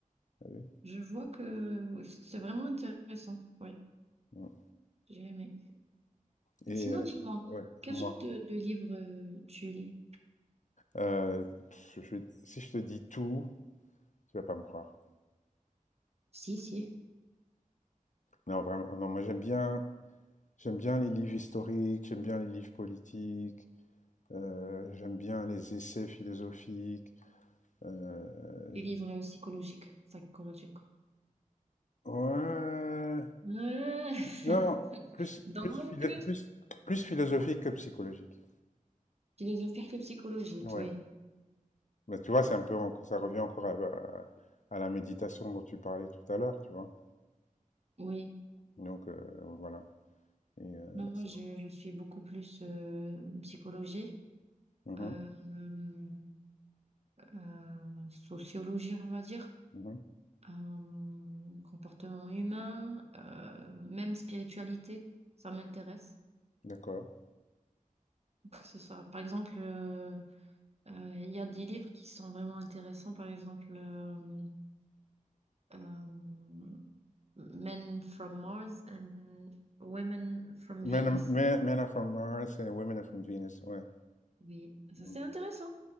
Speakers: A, on the left (about 60°); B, on the right (about 50°).
A: T'as vu?
B: je vois que c'est vraiment intéressant. Oui,
A: Mm.
B: j'ai aimé.
A: Et
B: Sinon,
A: euh,
B: dis-moi,
A: ouais,
B: quel
A: moi.
B: genre de, de livre euh, tu lis?
A: Euh, je- je- si je te dis tout, tu vas pas me croire.
B: Si, si.
A: Non, vraiment. Non, moi j'aime bien, j'aime bien les livres historiques, j'aime bien les livres politiques, euh, j'aime bien les essais philosophiques. euh, j'aime-
B: Des livres psychologiques, psychomatiques.
A: Ouais,
B: Ouais.
A: Non,
B: <laughs>
A: plus,
B: Donc,
A: plus, philo- plus, plus philosophique que psychologique.
B: philosophique et <laughs> psychologique,
A: Ouais.
B: oui.
A: Bah, tu vois, c'est un peu, en- ça revient encore à, à- à la méditation dont tu parlais tout à l'heure, tu vois.
B: Oui.
A: Donc, euh, voilà. Et, euh,
B: Non, moi,
A: c'est-
B: je, je suis beaucoup plus euh, psychologie.
A: Mhm,
B: euh, euh, sociologie, on va dire,
A: mhm,
B: euh, comportement humain, euh, même spiritualité, ça m'intéresse.
A: d'accord.
B: Que ce soit, par exemple, euh, euh, il y a des livres qui sont vraiment intéressants, par exemple, euh, euh, Men from Mars and Women from
A: Men,
B: Venus.
A: are- men, men are from Mars and women are from Venus, ouais.
B: Oui, ça
A: Mm.
B: c'est intéressant.